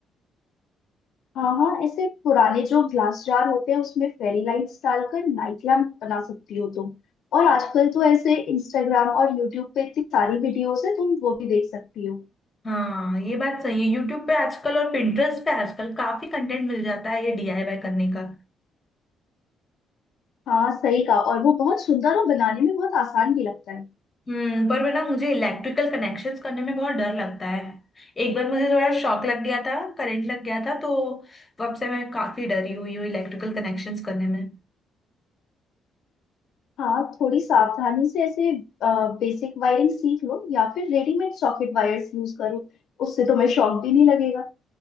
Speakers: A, on the left; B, on the left.
A: हाँ हाँ ऐसे पुराने जो ग्लास जार होते हैं उसमें फेरी लाइट्स डालकर नाइट लैम्प बना सकती हो तुम और आजकल तो ऐसे इंस्टाग्राम और यूट्यूब पे इतनी सारी वीडियोस है तुम वो भी देख सकती हो
B: हाँ ये बात सही है यूट्यूब पे आजकल और Pinterest पे आजकल काफी कंटेंट मिल जाता है ये डीआईवाई करने का
A: हाँ सही कहा और वो बहुत सुंदर और बनाने में बहुत आसान भी लगता है
B: हम्म पर ना मुझे इलेक्ट्रिकल कनेक्शंस करने में बहुत डर लगता है एक बार मुझे थोड़ा शॉक लग गया था करंट लग गया था तो तब से मैं काफी डरी हुई हूँ इलेक्ट्रिकल कनेक्शंस करने में
A: हाँ थोड़ी सावधानी से ऐसे बेसिक वायरिंग सीख लो या फिर रेडीमेड सॉकेट वायर्स यूज करो उससे तुम्हें शॉक भी नहीं लगेगा